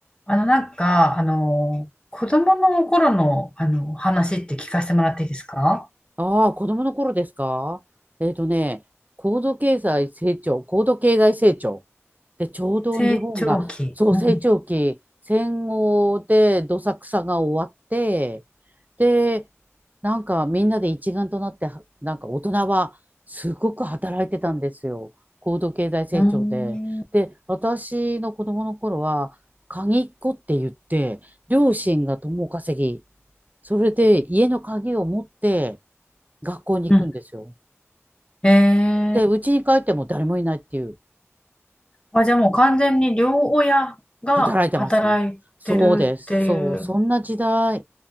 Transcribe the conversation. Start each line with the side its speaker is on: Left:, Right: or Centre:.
Left: あの、なんか、あの、子供の頃の、あの、話って聞かせてもらっていいですか
Right: ああ、子供の頃ですかえっとね、高度経済成長、高度経済成長で、ちょうど日本が、
Left: 成長期。
Right: そう、
Left: うん。
Right: 成長期、戦後でどさくさが終わって、で、なんかみんなで一丸となって、はなんか大人はすごく働いてたんですよ。高度経済成長で。
Left: うーん。
Right: で、私の子供の頃は、鍵っ子って言って、両親が共稼ぎ、それで家の鍵を持って、学校に行くんですよ。
Left: うん。え
Right: で、うちに帰っても誰もいないっていう、
Left: ー、あ、じゃあもう完全に両親が働いてるっていう。
Right: 働いてますね。そうです。そう、そんな時代。